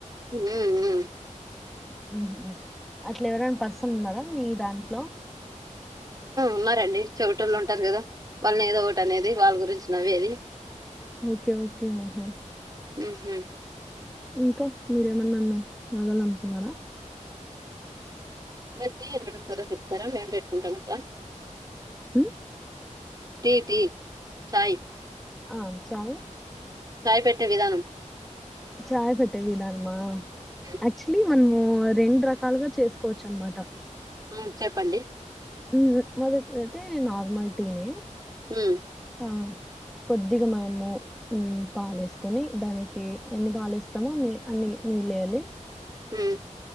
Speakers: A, on the right; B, in the centre.
A: ఉ ఊ
B: ఉఉహు అట్లా ఎవరైనా పర్సన్ ఉన్నారా మీ దాంట్లో
A: ఉన్నారండి చెవిటోల్లు ఉంటారు కదా వాళ్ళని ఏదో ఒకటి అనేది వాళ్ళ గురించి నవ్వేది
B: ఓకే ఓకే ఆహా
A: ఉహు
B: ఇంకా మీరేమన్నా నాన్ను అడగాలనుకున్నారా
A: మీరు టీ ఎట్లా పెడతారా చెప్తారా మేము పెట్టుకుంటాం అట్లా
B: ఉ
A: టీ టీ ఛాయ్
B: ఆ చాయి
A: ఛాయ్ పెట్టే విధానం
B: ఛాయ్ పెట్టే విధానామా
A: ఉమ్,
B: యాక్చువలీ మనం ఓ రెండు రకాలుగా చేసుకోవచ్చు అనమాట
A: ఆ చెప్పండి
B: మ్మ్ మొదటిదైతే నార్మల్ టీనే
A: హుం
B: ఆ కొద్దిగా మనము మ్మ్ పాలేసుకొని దానికి ఎన్ని పాలేస్తామో అన్ని నీళ్ళు వేయాలి.
A: హ్మ్